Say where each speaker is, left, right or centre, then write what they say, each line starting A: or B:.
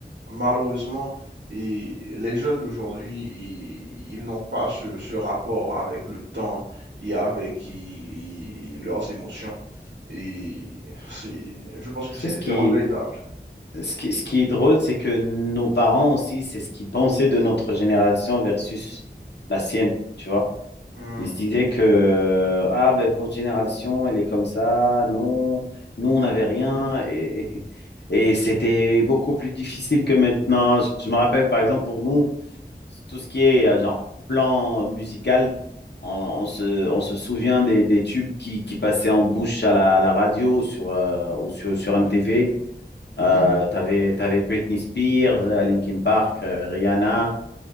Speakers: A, on the right; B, on the left.
A: malheureusement, et les jeunes d'aujourd'hui, ils ils n'ont pas ce ce rapport avec le temps et avec et- et leurs émotions. Et c'est, je pense que
B: Tu
A: c'est
B: sais, ce qui,
A: c'est regrettable.
B: ce qui, ce qui est drôle, c'est que nos parents aussi, c'est ce qu'ils pensaient de notre génération versus la sienne, tu vois.
A: Mm,
B: Ils se disaient que, euh, ah, ben, votre génération, elle est comme ça. Non, nous, on n'avait rien. Et, et c'était beaucoup plus difficile que maintenant. Je, je me rappelle, par exemple, pour nous, tout ce qui est euh, genre plan musical, on, on se, on se souvient des, des tubes qui, qui passaient en bouche à la, à la radio sur, euh, ou sur, sur MTV.
A: <laughs>
B: Euh,
A: mm, mm.
B: t'avais, t'avais Britney Spears, euh, Linkin Park, euh, Rihanna,